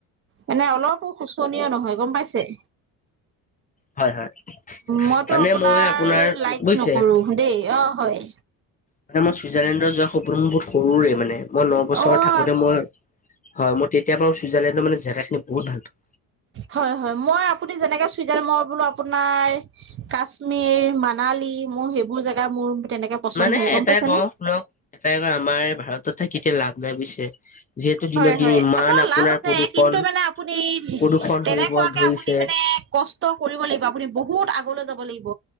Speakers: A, on the right (about 35°); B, on the left (about 25°).
A: মানে অলপো শোচনীয় নহয় গম পাইছে।
B: হয় হয়।
A: মইতো
B: মানে
A: আপোনাৰ
B: মই
A: লাইক
B: বুজিছে
A: নকৰো দেই অ হয়।
B: মানে মই ছুইজাৰলেণ্ডত যোৱা সপোন মোৰ বহুত সৰুৰে মানে, মই ন বছৰ
A: অ
B: থাকোতে মই হয় মই তেতিয়া বাৰু ছুইজাৰলেণ্ডৰ মানে জেগাখিনি বহুত ভাল পাওঁ।
A: হয় হয় মই আপুনি যেনেকে চুইজাৰ মই বোলো আপোনাৰ কাশ্মীৰ, মানালী মোৰ সেইবোৰ জেগা মোৰ তেনেকে পচন্দ
B: মানে
A: হয় গম
B: এটাই
A: পাইছেনে?
B: ক শুনক এটাই কয় আমাৰ ভাৰতত থাকি কেতিয়া লাভ নাই বুজিছে। যিহেতু দিনক
A: হয়
B: দিন
A: হয় এটা
B: ইমান
A: আপোনাৰ লাভ আছে।
B: প্ৰদূষণ
A: কিন্তু মানে আপুনি
B: প্ৰদূষণ
A: তেনেকুৱাকে
B: হৈ ধৰিছে
A: আপুনি মানে ক কৰিব লাগিব। আপুনি বহুত আগলৈ যাব লাগিব।